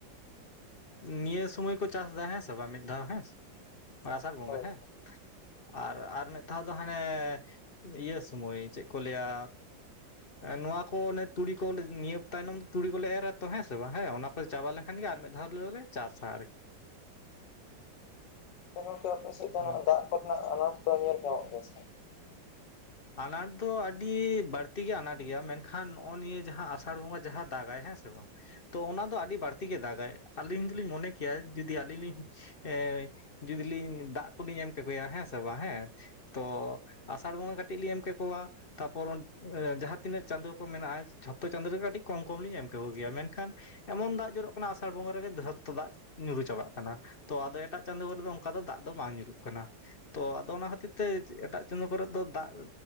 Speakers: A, on the left; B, on the left.
A: ᱱᱤᱭᱟᱹ ᱥᱩᱢᱚᱭ ᱠᱚ ᱪᱟᱥ ᱮᱫᱟ ᱦᱮᱸ ᱥᱮ ᱵᱟᱝ ᱢᱤᱫ ᱫᱷᱟᱣ ᱦᱮᱸ ᱟᱥᱟᱲ ᱵᱚᱸᱜᱟ
B: ᱦᱳᱭ
A: ᱦᱮᱸ ᱟᱨ ᱟᱨ ᱢᱤᱫ ᱫᱷᱟᱣ ᱫᱚ ᱦᱟᱱᱮ ᱤᱭᱟᱹ ᱥᱚᱢᱚᱭ ᱪᱮᱫ ᱠᱚ ᱞᱟᱹᱭᱟ ᱱᱚᱣᱟ ᱠᱚ ᱚᱱᱮ ᱛᱩᱲᱤ ᱠᱚᱞᱮ ᱱᱤᱭᱟᱹ ᱛᱟᱭᱱᱚᱢ ᱛᱩᱲᱤ ᱠᱚᱞᱮ ᱮᱨᱟᱛᱚ ᱦᱮᱸ ᱥᱮ ᱵᱟᱝ ᱦᱮᱸ ᱚᱱᱟ ᱠᱚ ᱪᱟᱵᱟᱞᱮ ᱮᱱᱠᱷᱟᱱ ᱜᱮ ᱟᱨ ᱢᱤᱫ ᱫᱷᱟᱣ ᱫᱚᱞᱮ ᱪᱟᱥᱟ ᱟ ᱟᱨᱠᱤ
B: ᱟᱠᱤ ᱟᱯᱮ ᱥᱮᱫ ᱫᱚ
A: ᱚᱱᱟ
B: ᱫᱟᱜ ᱠᱚᱨᱮᱱᱟᱜ ᱟᱱᱟᱴ ᱫᱚ ᱧᱮᱞ ᱧᱟᱢᱚᱜ ᱜᱮᱭᱟ ᱥᱮ
A: ᱟᱱᱟᱴ ᱫᱚ ᱟᱹᱰᱤ ᱵᱟᱹᱲᱛᱤ ᱜᱮ ᱟᱱᱟᱴ ᱜᱮᱭᱟ ᱢᱮᱱᱠᱷᱟᱱ ᱱᱚ ᱚ ᱱᱤᱭᱟᱹ ᱡᱟᱦᱟᱸ ᱟᱥᱟᱲ ᱵᱚᱸᱜᱟ ᱡᱟᱦᱟᱸ ᱫᱟᱜᱟᱭ ᱦᱮᱸᱥᱮ ᱵᱟᱝ ᱛᱚ ᱚᱱᱟ ᱫᱚ ᱟᱹᱰᱤ ᱵᱟᱹᱲᱛᱤ ᱜᱮ ᱫᱟᱜᱟᱭ ᱟᱹᱞᱤᱧ ᱫᱚᱞᱤᱧ ᱢᱚᱱᱮ ᱠᱮᱭᱟ ᱡᱩᱫᱤ ᱟᱹᱞᱤᱧ ᱞᱤᱧ ᱮ ᱡᱚᱫᱤᱞᱤᱧ ᱫᱟᱜ ᱠᱚᱞᱤᱧ ᱮᱢ ᱠᱮᱠᱚᱮᱭᱟ ᱦᱮᱸ ᱥᱮ ᱵᱟᱝ ᱦᱮᱸ ᱛᱚ ᱟᱥᱟᱲ ᱵᱚᱸᱜᱟ ᱠᱟᱹᱴᱤᱡ ᱞᱤᱧ ᱮᱢ ᱠᱮᱠᱚᱣᱟ ᱛᱟᱯᱚᱨ ᱡᱟᱦᱟᱸ ᱛᱤᱱᱟᱹᱜ ᱪᱟᱸᱫᱳ ᱠᱚ ᱢᱮᱱᱟᱜᱼᱟ ᱡᱷᱚᱛᱚ ᱪᱟᱸᱫᱳ ᱨᱮᱜᱮ ᱠᱟᱹᱴᱤᱡ ᱠᱚᱢ ᱠᱚᱢ ᱞᱤᱧ ᱮᱢ ᱠᱟᱠᱚᱜᱮᱭᱟ ᱢᱮᱱᱠᱷᱟᱱ ᱮᱢᱚᱱ ᱫᱟᱜ ᱡᱚᱨᱚᱜ ᱠᱟᱱᱟ ᱟᱥᱟᱲ ᱵᱚᱸᱜᱟ ᱨᱮᱜᱮ ᱫᱷᱚᱛᱴᱛᱚ ᱫᱟᱜ ᱧᱩᱨᱩ ᱪᱟᱵᱟᱜ ᱠᱟᱱᱟ ᱛᱚ ᱟᱫᱚ ᱮᱴᱟᱜ ᱪᱟᱸᱫᱚ ᱠᱚᱨᱮ ᱫᱚ ᱚᱱᱠᱟ ᱫᱚ ᱫᱟᱜ ᱫᱚ ᱵᱟᱝ ᱧᱩᱨᱩᱜ ᱠᱟᱱᱟ ᱛᱚ ᱟᱫᱚ ᱚᱱᱟ ᱠᱷᱟᱹᱛᱤᱨ ᱛᱮ ᱮᱴᱟᱜ ᱠᱚᱨᱮ ᱫᱚ ᱫᱟᱜ